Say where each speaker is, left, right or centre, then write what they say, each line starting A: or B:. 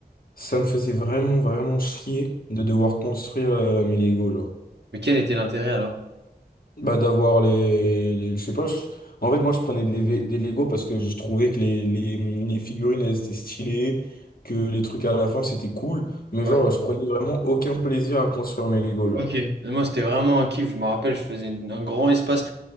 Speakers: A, on the left; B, on the right.
A: Ça me faisait vraiment, vraiment chier de devoir construire, euh, mes Lego, genre.
B: Mais quel était l'intérêt alors?
A: Bah, d'avoir les, les- Je sais pas. je- En fait, moi, je prenais des, V- des Lego parce que je trouvais que les, les, les figurines, elles étaient stylées, que les trucs à la fin, c'était cool. Mais
B: ouais
A: genre, je prenais vraiment aucun plaisir à construire mes Lego, genre.
B: Ok. Moi, c'était vraiment un kiff. Je me rappelle, je faisais un grand espace.